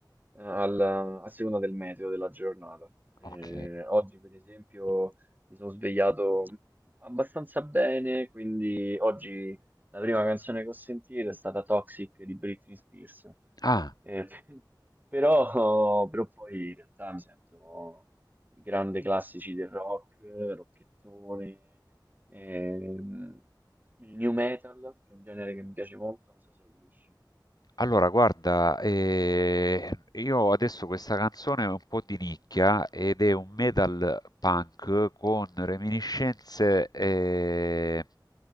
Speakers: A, on the right (about 25°); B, on the left (about 55°).
A: alla- a seconda del meteo della giornata. Eh,
B: Ok.
A: oggi, per esempio, mi sono svegliato abbastanza bene, quindi oggi la prima canzone che ho sentito è stata Toxic di Britney Spears.
B: Ah,
A: Eh, <laughs> però, però poi in realtà mi sento grande classici del rock, rockettone, ehm, il new metal, che è un genere che mi piace molto, non so se lo conosci.
B: Allora, guarda, eh, io adesso questa canzone è un po' di nicchia ed è un metal punk con reminiscenze eh,